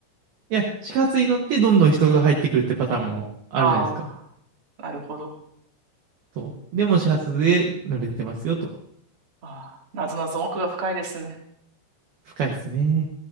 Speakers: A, on the right; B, on the right.
A: いや、始発に乗ってどんどん人が入ってくるってパターンもあるじゃないですか。
B: ああー。なるほど。
A: そう。でも始発で乗れてますよと。
B: ああ。なぞなぞ奥が深いですね。
A: 深いですね。